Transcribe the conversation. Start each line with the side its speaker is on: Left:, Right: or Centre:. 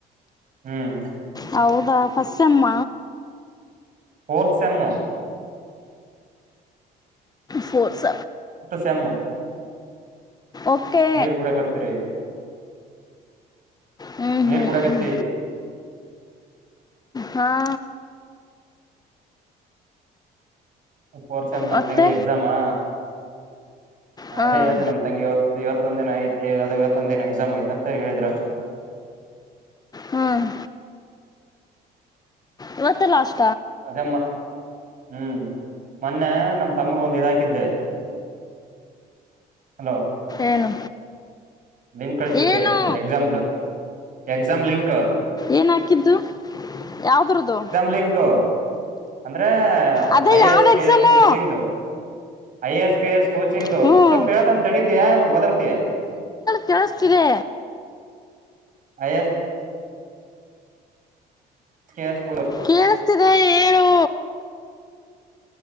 Right: ಹ್ಮ್
Left: ಹೌದಾ ಸಮ್ಮ
Right: ಓರ್ಸ್ ಎಮೋ
Left: ಫೋರ್ಸಪ್
Right: ಸ್ಯಾಮು
Left: ಓಕೆ
Right: ನೀರ್ ಕುಡಕತ್ತರಿ
Left: ಹ್ಮ್
Right: ನೀರ್
Left: ಹ್ಮ್
Right: ಕುಡಕತ್ತೆ
Left: ಹ್ಮ್ ಹಾ
Right: ಫೋರ್ಸ್ ಎಮ್ ನಮ್ಮ್
Left: ಮತ್ತೆ
Right: ತಂಗಿ ಎಕ್ಸಾಮಾ
Left: ಹಾಂ
Right: ಅದೇ ಹೇಳದೆ ನಮ್ ತಂಗಿರು ಇವತ್ತೊಂದ ದಿನ ಯ್ತ ಇವತ್ತೊಂದ ದಿನ ಎಕ್ಸಾಮ್ ಐ್ತಂತ ಹೇಳಿದ್ರು
Left: ಹ್ಮಞ ಇವತ್ತು ಲಾಸ್
Right: ಅದಮ್ಮ ಹ್ಮ್ ಮೊನ್ನೆ ನಮ್ ತಮ್ಮಗೆ ಒಂದ್ ಇದಾಕಿದ್ದೆ ಹಲೋ
Left: ಏನು
Right: ಲಿಂಕ್ ಕಳಿಸಿದ್ದೆ
Left: ಏನು
Right: ಎಕ್ಸಾಮ್ದ ಎಕ್ಸಾಮ್ ಲಿಂಕ್
Left: ಏನ ಹಾಕಿದ್ದು ಯಾಾವ್ದ್ರ್ದು
Right: ಲಂಕ್ ಅಂದ್ರೆ
Left: ಅದೇ
Right: ಐ
Left: ಯಾವ
Right: ಎಸ್ K
Left: exam
Right: S coaching I S ಕೆಸ್ coaching
Left: ಹ್ಮ್
Right: ಸ್ವಲ್ಪ ಹೇಳೇತನ್ ತಡಿತಯಾ ಇ ಒಓದರ್ತಿಯಾ
Left: ಕಲಸ್ತಿಗೆ
Right: ಯ ಎಸ್ ಕ ಸ್
Left: ಕೇಳಿಸಸ್ತಿದೆ ಹೇಳಏು